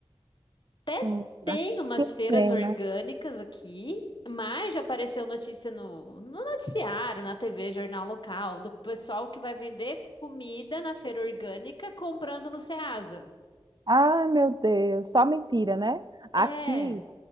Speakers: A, on the left (about 55°); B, on the right (about 50°).
A: até
B: Hum,
A: tem
B: ah,
A: umas
B: que
A: feiras
B: pena.
A: orgânicas aqui, mas já apareceu notícia no, no noticiário, na TV, jornal local, do pessoal que vai vender comida na feira orgânica comprando no Ceasa.
B: Ai, meu Deus, só mentira, né? Aqui,
A: É.